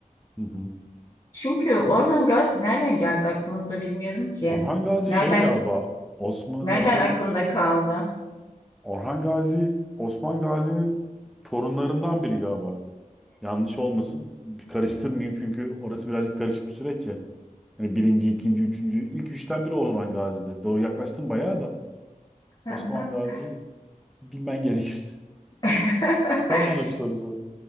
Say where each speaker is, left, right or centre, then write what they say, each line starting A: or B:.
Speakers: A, in the centre; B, on the left.
A: hı hı.
B: Çünkü Orhan Gazi nereden geldi aklıma onu da bilmiyorum ki.
A: Orhan Gazi
B: Nereden
A: şey galiba Osman
B: nereden
A: e, bu
B: aklımda kaldı?
A: Orhan Gazi Osman Gazi'nin torunlarından biri galiba. Yanlış olmasın. Bir karıştırmayayım çünkü orası birazcık karışık bir süreç ya. Hani birinci, ikinci, üçüncü, ilk üçten biri Orhan Gazi'de. Doğru yaklaştın bayağı da.
B: Aha.
A: Osman Gazi bilmen gerekir.
B: <laughs>
A: <laughs> Sen bana bir soru sor.